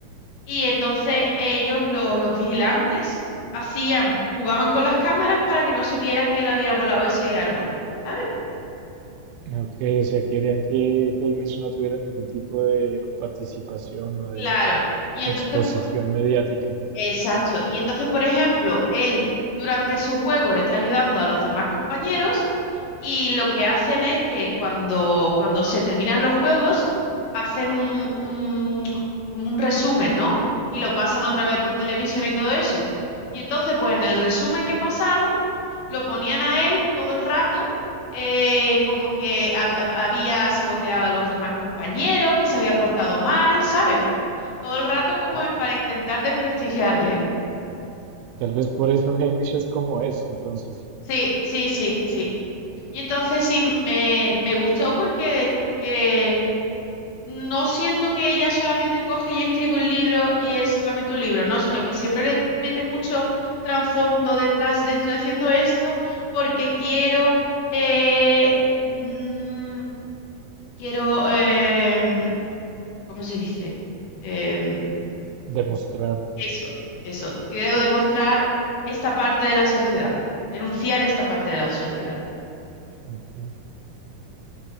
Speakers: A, on the left; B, on the right.
A: Y entonces ellos, lo- los vigilantes, hacían, jugaban con las cámaras para que no se viera que él había volado ese árbol, ¿sabes?
B: ok, o sea, querían que Hamish no tuviera ningún tipo de participación o de
A: Claro. Y entonces,
B: Exposición
A: pu-
B: mediática.
A: Exacto. Y entonces, por ejemplo, él durante sus juegos está ayudando a los demás compañeros y lo que hacen es que cuando, cuando se terminan los juegos, hacen un, un- como un resumen, ¿no? Y lo pasan otra vez por televisión y todo eso. Y entonces, pues en el resumen que pasaron, lo ponían a él todo el rato. eh, como que ha- ha- había saboteado a los demás compañeros, que se había portado mal, ¿sabes? Todo el rato como
B: Ah,
A: para
B: pu-
A: intentar desprestigiarle.
B: tal vez por eso Hamish es como es, entonces,
A: Sí, sí, sí, sí. Y entonces sí, me, me gustó porque, porque no siento que ella solamente coge y escribe un libro y es solamente un libro, no, sino que siempre le mete mucho trasfondo detrás de estoy haciendo esto porque quiero, eh, mm, quiero, em, ¿cómo se dice? Em,
B: demostrar.
A: eso, eso, quiero demostrar esta parte de la sociedad, denunciar esta parte de la sociedad.
B: Ok.